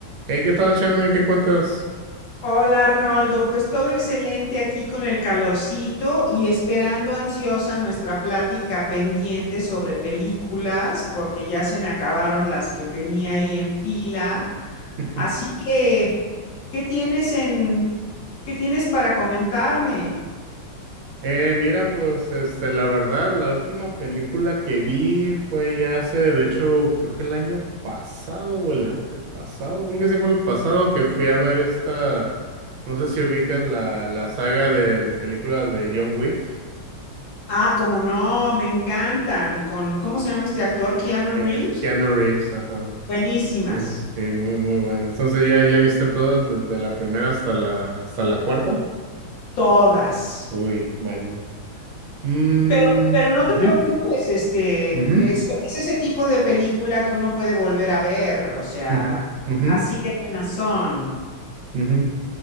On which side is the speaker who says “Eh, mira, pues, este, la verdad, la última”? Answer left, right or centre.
Right